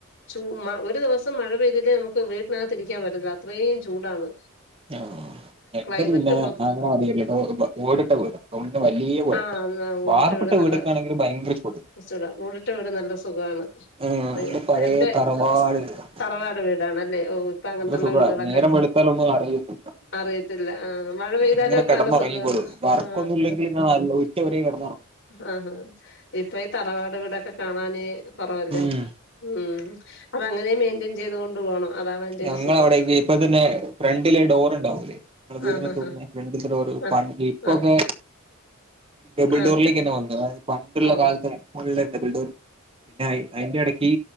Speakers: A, on the left; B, on the right.
A: ചൂ ഒരു ദിവസം മഴ പെയ്തില്ലേ നമ്മക്ക് വീട്ടിനകത്ത് ഇരിക്കാൻ പറ്റില്ല അത്രേം ചൂടാണ്.
B: ആ എന്റെത്
A: ക്ലൈമറ്റ്
B: പിന്നെ
A: മൊത്ത
B: അങ്ങനെ മതില്ലട്ടോ പൊ ഓടിട്ട വീടാ വലിയ കുഴപ്പല്ല
A: ആ ന്ന ഓടിട്ട
B: വാർപ്പിട്ട
A: വീട് നല്ല
B: വീടൊക്കാണെങ്കിൽ ഭയങ്കര ചൂട്
A: ചൂടാ ഓടിട്ട വീട് നല്ല സുഖമാണ്,
B: ആഹ്
A: അറിയാം
B: നല്ല പഴയ
A: എന്റെ
B: തറവാട് വീടാ
A: തറവാട് വീടാണല് ല്ലെ അ് ഇപ്പങ്ങൻത്തെള്ള
B: നല്ല സുഖാ
A: വീടുകളൊക്കെ
B: നേരം വെളുത്താലൊന്നും അറിയില്ല
A: അറിയത്തില്ല ആ മഴ പെയ്താലൊക്കെ
B: ഇങ്ങനെ കിടന്നുറങ്ങിക്കോളും
A: നല്ല സുഖാണ്
B: വർക്കൊന്നും
A: ആ
B: ഇല്ലെങ്കിൽ ഇങ്ങനെ നല്ല ഉച്ച വരെ കിടന്നുറങ്ങും
A: ആ ആ ഇപ്പൊ ഈ തറവാ ട് വീടൊക്കെ കാണാന് കൊറവല്ലേ
B: ഉം
A: ഉം അത് അങ്ങനെ മെയിന്റെയിൻ ചെയ്തൊണ്ട് പോണം. അതാണ് അയിന്റെ
B: ഞങ്ങളവടെ
A: ഒരു സുഖം
B: വി ഇപ്പ തന്നെ ഫ്രണ്ടില് ഡോറ്ണ്ടാവൂല്ലേ നമ്മെ വീടിനെ
A: ആഹ്
B: തോക്കുന്ന ഫ്രണ്ടിലത്തെ ഡോർ
A: ആഹ്
B: ഇപ്പൊക്കെ
A: ആഹ്
B: ഡബിൾ
A: ആഹ്
B: ഡോറിലേക്ക്ന്നെ വന്നത് പണ്ടുള്ള
A: ആഹ് ഓഹ്
B: കാലത്തില ഡബിൾ ഡോർ പിന്നെ അതിന്റെ ഇടയ്ക്ക്